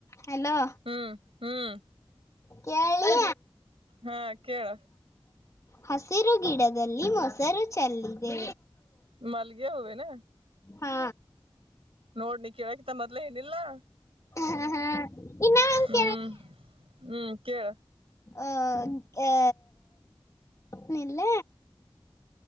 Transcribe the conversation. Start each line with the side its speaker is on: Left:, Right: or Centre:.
Left: ಹಲೋ
Right: ಹ್ಮ್ ಹ್ಮ್
Left: ಕೇಳಿ
Right: ಹಾ ಕೇಳ
Left: ಹಸಿರು ಗಿಡದಲ್ಲಿ ಮಸ ಸರು ಚಲ್ಲಿದೆ
Right: ಮಲ್ಲಿಗೆ ಹೂ ಏನ
Left: ಹಾ
Right: ನೋಡ್ನಿ ಕೇಳಕತ್ತ ಮೊದ್ ಏನಿಲ್ಲಾ
Left: ಹಾ ಹಾ ಇನ್ನ ಅಂತ
Right: ಹ್ಮ್ ಹ್ಮ್ ಕೇಳ
Left: ಆ ಆ ನಿಲ್ಲ